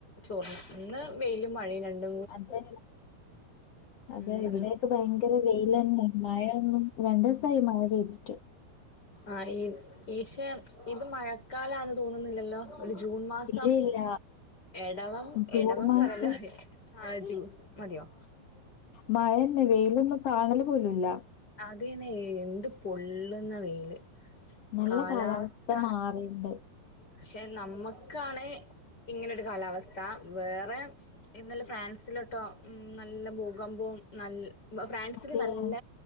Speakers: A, on the left; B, on the left.
A: ചോർന്നു ഇന്ന് വെയിലും മഴയും രണ്ട
B: അതെ അതെ
A: <unintelligible> ഉം
B: ഇവിടെയൊക്കെ ഭയങ്കര വെയിലന്നെ മഴയൊന്നും രണ്ടീസായി മഴ പെയ്തിട്ട്
A: ആഹ് ഈ യീശേ ഇത് മഴക്കാലന്ന് തോന്നുന്നില്ലല്ലോ ഒരു ജൂൺ മാസം
B: ഇല്ല ഇല്ല
A: എടവം
B: ജൂൺ
A: എടവം
B: മാസം
A: പറല്ല ആ ജ മതിയോ
B: മഴന്ന വെയിലൊന്ന് കാണല് പോലുല്ല
A: റിയനെ എന്ത് പൊള്ളുന്ന വെയില്
B: നല്ല
A: കാലാവസ്ഥ
B: മാറിണ്ട്
A: പക്ഷെ നമ്മുക്കാണ് ഇങ്ങനെ ഒരു കാലാവസ്ഥ വേറെ ഇന്നല്ല ഫ്രാൻസിലോട്ടോ നല്ല ബു <unintelligible>
B: അതെയാ
A: <unintelligible> നല്ല